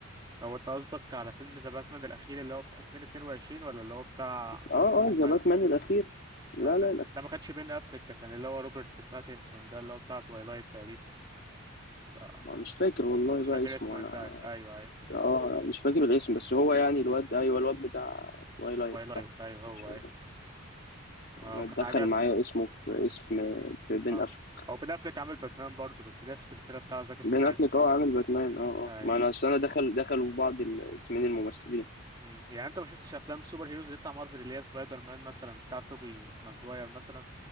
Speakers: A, on the right (about 20°); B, on the left (about 50°).
A: هو انت قصدك على فيلم ذا باتمان الاخير اللي هو في 2022 ولا اللي هو بتاع
B: اه
A: زاك
B: اه
A: سنايدر
B: ذا باتمان الاخير لا
A: آه ده,
B: لا الاخير
A: ده ما كانش بين افليك ده كان اللي هو روبرت باتنسون ده اللي هو بتاع تويلايت تقريبا بتاع-
B: ما- مش فاكر والله
A: مش
B: بقى
A: فاكر
B: اسمه
A: اسمه
B: انا
A: انت ايوه ايوه ايوه
B: اه مش فاكر الاسم بس هو يعني الواد ايوه الواد بتاع تويلايت
A: وايلايت
B: صح
A: ايوه هو
B: مش فاكر
A: ايوه اه
B: انا
A: كان
B: اتدخل
A: عجبني
B: معايا
A: يعني
B: اسمه في اسم في بين
A: اه
B: افليك
A: هو بين افلك عامل باتمان برضه بس ليه في السلسله بتاع زاك سنايدر
B: بين افليك
A: دي
B: اه عامل باتمان اه اه
A: اي
B: ما انا أصل انا دخل دخلوا بعض الاسمين الممثلين
A: مم. يعني انت ما شفتش افلام سوبر هيروز اللي بتاع مارفل اللي هي سبايدر مان مثلا بتاع توبي ماجواير مثلا